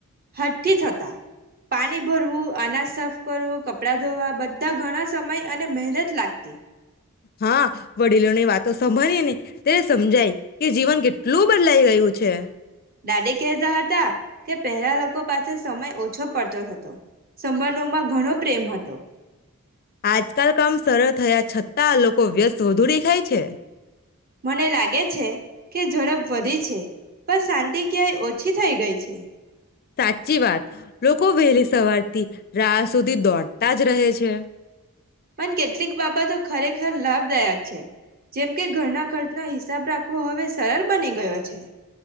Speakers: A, on the right; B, on the left.
A: હાથથી થતા, પાણી ભરવું, અનાજ સાફ કરવું, કપડાં ધોવા બધા ઘણા સમય અને મહેનત લાગતી
B: હા, વડીલોની વાત તો સંભળીએ ને તેને સમજાય કે જીવન કેટ લું બદલાઈ ગયું છે.
A: દાદે કહેતા હતા કે પહેલા લોકો પાસે સમય ઓછો પડતો હતો, સંબંધોમાં ઘણો પ્રેમ હતો.
B: આજકાલ કામ સરળ થયા છતાં આ લોકો વ્યસ્ત વધુ દેખાય છે.
A: મને લાગે છે કે ઝડપ વધી છે પણ શાંતિ ક્યાય ઓછી થઈ ગઈ છે.
B: સાચી વાત, લોકો વહેલી સવારથી રાહ સુધી દોડતા જ રહે છે.
A: પણ કેટલીક બાબતો ખરેખર લાભદાયક છે જેમ કે ઘરના ખર્ચનો હિસાબ રાખવો હવે સરળ બની ગયો છે.